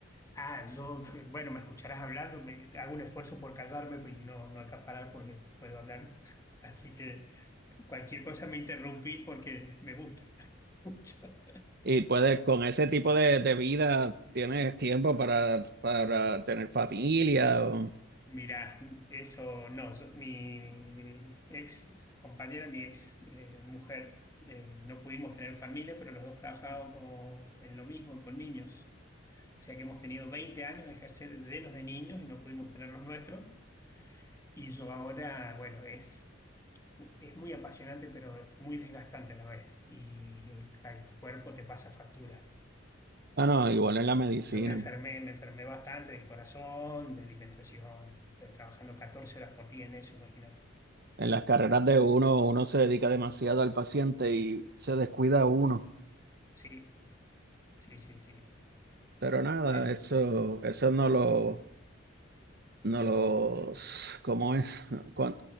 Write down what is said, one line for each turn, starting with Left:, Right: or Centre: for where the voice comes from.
Left: Ah, yo, eh, bueno, me escucharás hablando, me- hago un esfuerzo por callarme pues, y no, no acaparar porque puedo hablar. Así que cualquier cosa me interrumpís porque me gusta <laughs> mucho.
Right: Y puedes, con ese tipo de, de vida, tienes tiempo para, para tener familia. o-
Left: Mirá, eso no, yo- mi ex compañera, mi ex eh, mujer, eh, no pudimos tener familia, pero los dos trabajábamos en lo mismo, con niños. O sea que hemos tenido 20 años de ejercer llenos de niños y no pudimos tener los nuestros. Y yo ahora, bueno, es, es muy apasionante, pero es muy desgastante a la vez. Y el, al cuerpo te pasa factura.
Right: Ah, no, igual en la medicina.
Left: Yo me enfermé, me enfermé bastante del corazón, de alimentación, de- trabajando 14 horas por día en eso, imagínate.
Right: En las carreras de uno, uno se dedica demasiado al paciente y se descuida uno.
Left: Sí, sí, sí, sí.
Right: Pero nada,
Left: Eh,
Right: eso, eso no lo, no los, ¿cómo es? Cuan-